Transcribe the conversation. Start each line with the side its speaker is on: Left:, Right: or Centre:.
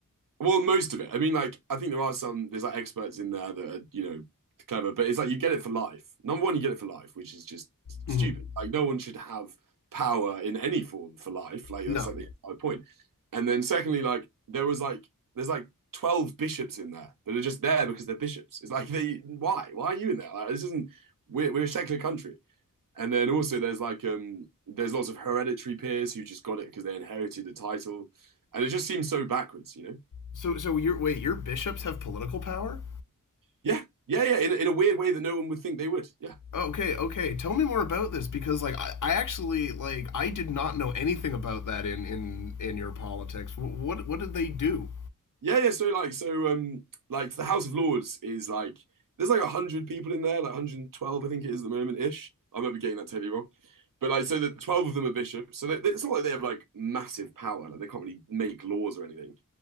Right: Well, most of it. I mean, like, I think there are some, there's like experts in there that are, you know, clever, but it's like you get it for life. Number one, you get it for life, which is just
Left: hmm
Right: stupid. Like, no one should have power in any form for life. Like,
Left: No.
Right: that's like the entire point. And then, secondly, like, there was like, there's like 12 bishops in there that are just there because they're bishops. It's like, they, why? Why are you in there? Like, this isn't, we're, we're a secular country. And then also, there's like, um, there's lots of hereditary peers who just got it because they inherited the title. And it just seems so backwards, you know?
Left: So so you're wait, your bishops have political power?
Right: Yeah, yeah, yeah. In, in a weird way that no one would think they would. Yeah,
Left: Okay, okay. Tell me more about this because, like, I, I actually like I did not know anything about that in in in your politics. What what, what did they do?
Right: yeah, yeah. So like, so um, like the House of Lords is like there's like a hundred people in there, like 112, I think it is at the moment ish. I might be getting that totally wrong. But like, so the 12 of them are bishops, so they, they- it's not like they have like massive power. Like they can't really make laws or anything,